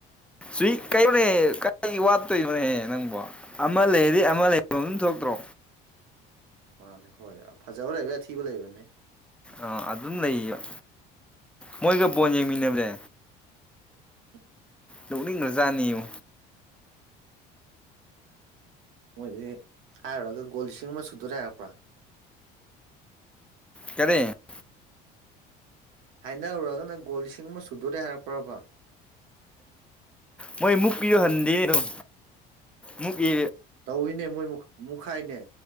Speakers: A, in the centre; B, on the right.
A: ꯁꯨꯢ ꯀꯩꯩꯅꯣꯅꯦꯍꯦ ꯀꯥꯏ ꯋꯥꯠꯇꯣꯏꯅꯅꯦꯍꯦ ꯅꯪꯕꯣ ꯑꯃ ꯂꯩꯔꯗꯤ ꯑꯃ ꯂꯩ ꯑꯗꯨꯝ ꯊꯣꯛꯇ꯭ꯔꯣ
B: ꯃꯥꯅꯦ ꯈꯣꯢ ꯐꯖꯕ ꯂꯩꯕ ꯑꯊꯤꯕ ꯂꯩꯕꯅꯤ
A: ꯑꯥ ꯑꯗꯨꯝ ꯂꯩꯌꯦꯕ ꯃꯣꯏꯒ ꯕꯣꯟ ꯌꯦꯡꯃꯤꯟꯅꯕꯅꯦ
B: INAUDIBLE
A: ꯅꫭꯛꯅꯤꯡꯒ꯭ꯔ ꯖꯥꯠꯅꯤꯌꯨ
B: ꯃꯣꯏꯗꯤ ꯍꯥꯏꯔꯨꯔꯒ ꯒꯣꯜ ꯂꯤꯁꯤꯡ ꯑꯃ ꯁꯨꯗꯣꯔꯦ ꯍꯥꯏꯔꯛꯄ꯭ꯔꯥ
A: ꯀꯥꯔꯤ INAUDIBLE
B: ꯍꯥꯏꯅꯔꯨꯔꯒꯅ ꯒꯣꯜ ꯂꯤꯁꯤꯡ ꯑꯃ ꯁꯨꯗꯣꯔꯦ ꯍꯥꯏꯔꯛꯄ꯭ꯔꯕ
A: ꯃꯣꯏ ꯃꯨꯛꯄꯤꯗꯨ ꯍꯟꯗꯤ ꯑꯗꯨꯝ ꯃꯨꯛ ꯏ
B: ꯇꯧꯏꯅꯦ ꯃꯣꯏ ꯃꯨꯛ ꯈꯥꯏꯅꯦ